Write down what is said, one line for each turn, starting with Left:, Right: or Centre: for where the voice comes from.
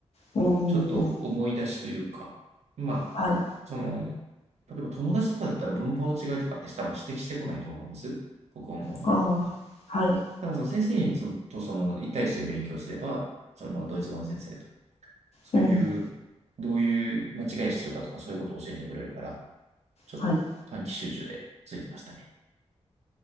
Left: うんうんうん。
Right: ちょっと思い出しというか、まあ、
Left: はい。
Right: その、例えば友達とかだったら文法の違いとかって多分指摘してこないと思うんです。僕は思うに。
Left: ああ、はい。
Right: ただ、その先生にそのとその一対一で勉強すれば、そのままドイツ語の先生と、そういう、
Left: うん、
Right: どういう間違いしてるかとか、そういうことを教えてくれるから、ちょっと短期集中でついてましたね。
Left: はい。